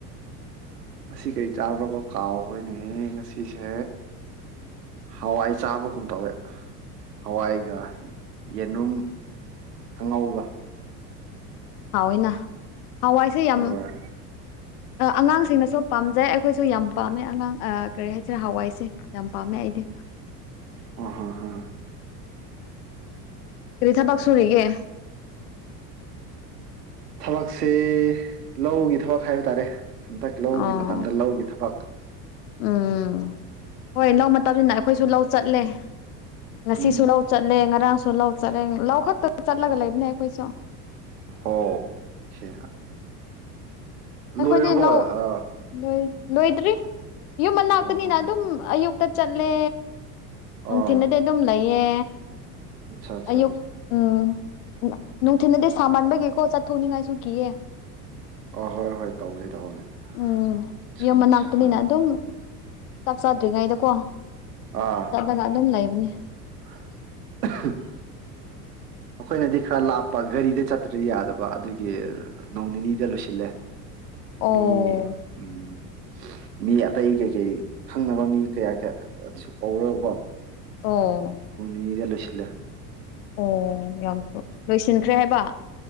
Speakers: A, on the right (about 75°); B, on the left (about 65°).
A: ꯉꯁꯤ ꯀꯔꯤ ꯆꯥꯕ꯭ꯔꯣꯒꯣ ꯀꯥꯎꯈꯣꯏꯅꯦ ꯉꯁꯤꯁꯦ ꯍꯋꯥꯏ ꯆꯥꯕ ꯀꯨꯝ ꯇꯧꯋꯦ ꯍꯋꯥꯏꯒ ꯌꯦꯅꯨꯝ ꯀꯥꯡꯉꯧꯒ
B: ꯍꯥꯎꯋꯏꯅ ꯍꯋꯥꯏꯁꯦ ꯌꯥꯝ
A: ꯍꯣꯏ
B: ꯑꯉꯥꯡꯁꯤꯡꯅꯁꯨ ꯄꯥꯝꯖꯩ ꯑꯩꯈꯣꯏꯁꯨ ꯌꯥꯝ ꯄꯥꯝꯃꯦ ꯑꯉꯥꯡ ꯀꯔꯤ ꯍꯥꯏꯁꯤꯔꯦ ꯍꯋꯥꯏꯁꯦ ꯌꯥꯝ ꯄꯥꯝꯃꯦ ꯥꯏꯗꯤ
A: ꯑꯣ ꯍ ꯍ
B: ꯔꯔꯤꯊꯥ ꯄꯥꯛꯁꯨꯔꯤꯒꯦ
A: ꯊꯕꯛꯁꯦ ꯂꯧꯒꯤ ꯊꯕꯛ ꯍꯥꯏꯕ ꯇꯥꯔꯦ ꯍꯟꯗꯛ ꯂꯧꯒꯤ
B: ꯑꯣ
A: ꯃꯇꯝꯗ ꯂꯧꯒꯤ ꯊꯕꯛ
B: ꯎꯝ ꯍꯣꯏ ꯂꯧ ꯃꯇꯝꯅꯤꯁꯤꯅ ꯑꯩꯈꯣꯏꯁꯨ ꯂꯧ ꯆꯠꯂꯦ ꯉꯁꯤꯁꯨ
A: ꯎꯝ
B: ꯂꯧ ꯆꯠꯂꯦ ꯉꯔꯥꯡꯁꯨ ꯂꯧ ꯆꯠꯂꯦ ꯂꯧ ꯈꯛꯇꯗ ꯆꯠꯂꯒ ꯂꯩꯕꯅꯦ ꯑꯩꯈꯣꯏꯁꯨ
A: ꯑꯣꯣ ꯁꯤꯦ
B: ꯑꯩꯈꯣꯏꯗꯤ
A: ꯂꯣꯏꯔꯕꯣ
B: ꯂꯧ
A: ꯑ
B: ꯂꯣꯏ ꯂꯣꯏꯗ꯭ꯔꯤ ꯌꯨꯝ ꯃꯅꯥꯛꯇꯅꯤꯅ
A: ꯍꯣ ꯍꯣ
B: ꯑꯗꯨꯝ ꯑꯌꯨꯛꯇ ꯆꯠꯂꯦ ꯅꯨꯡꯊꯤꯅꯗꯤ
A: ꯑꯣ
B: ꯑꯗꯨꯝ ꯂꯩꯌꯦ
A: ꯑꯠꯆꯥ ꯑꯠꯆꯥ
B: ꯑꯣ ꯎꯝ ꯅꯅꯨꯡ ꯊꯅꯗꯤ ꯁꯥꯃꯟꯕꯒꯤꯀꯣ ꯆꯠꯊꯣꯛꯅꯤꯡꯉꯥꯏꯁꯨ ꯀꯤꯌꯦ
A: ꯑ ꯍꯣꯏ ꯍꯣꯏ ꯇꯧꯕꯅꯦ ꯇꯧꯕꯅꯦ
B: ꯎꯝ
A: ꯑꯠꯆꯥ
B: ꯌꯨꯝ ꯃꯅꯥꯛꯇꯅꯤꯅ
A: ꯑꯠꯆꯥ
B: ꯑꯗꯨꯝ ꯆꯥꯛ ꯆꯥꯗ꯭ꯔꯤꯉꯩꯗꯀꯣ
A: ꯑꯥ
B: ꯆꯠꯂꯒ ꯑꯗꯨꯝ ꯂꯩꯕꯅꯦ
A: <inaudible>
B: <inaudible>
A: ꯃꯈꯣꯏꯅꯗꯤ ꯈꯔ ꯂꯥꯞꯄ ꯒꯥꯔꯤꯗ ꯆꯠꯇ꯭ꯔ ꯌꯥꯗꯕ ꯑꯗꯨꯒꯤ ꯅꯣꯡ ꯅꯤꯅꯤꯗ ꯂꯣꯏꯁꯤꯜꯂꯦ
B: ꯑꯣ
A: ꯃꯤ ꯎꯝ ꯃꯤ ꯑꯇꯩ ꯀꯩꯀꯩ ꯈꯪꯅꯕ ꯃꯤ ꯀꯌꯥ ꯀꯌꯥꯁꯨ ꯀꯧꯔꯒꯀꯣ
B: ꯑꯣ
A: ꯅꯗꯂꯣꯁꯂ
B: ꯑꯣ ꯌꯥꯝ ꯂꯣꯏꯁꯤꯟꯈ꯭ꯔꯦ ꯍꯥꯏꯕ